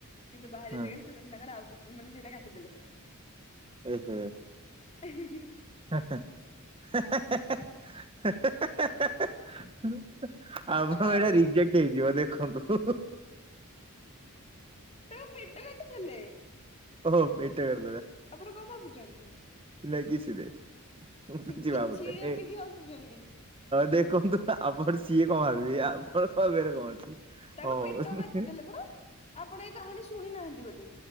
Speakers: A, on the left; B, on the right.
A: କିନ୍ତୁ। ବାହାରିବା
B: ହଁ
A: ଜାଗାରେ। ତାଙ୍କର ଆଉ କି ମାନେ ସେଇଟା କାଟିଦେଲେ।
B: ଓ ହୁଁ।
A: <unintelligible>
B: <unintelligible> ଆଉ ଏଇଟା
A: ଆରେ
B: ରିଜେକ୍ଟ ହେଇଯିବ ଦେଖନ୍ତୁ।
A: ତ ପେଟ କାଟିଦେଲେ।
B: ଓ ଭି <unintelligible>
A: ଆପଣ କଣ ଭାବୁଚନ୍ତି?
B: ନେଇ କିିଛିନାହିଁ କିଛିଭାବୁନି
A: କିଛି ଭାବିକି
B: ଦେ
A: ହସୁଛନ୍ତି
B: ଦେଖ। କୁହନ୍ତୁ ନା ଆପଣ ସିଏ କଣ ଭାବିବେ ଆପଣ ସିଏ ଭାବିବାରେ କଣ ଅଛି?
A: ତାକୁ
B: ହଉ
A: ପେଟ କାଟିଦେଲେ ପରା ଆପଣ ଏଇ କାହାଣୀ ଶୁଣି ନାହାନ୍ତି ବୋଧେ।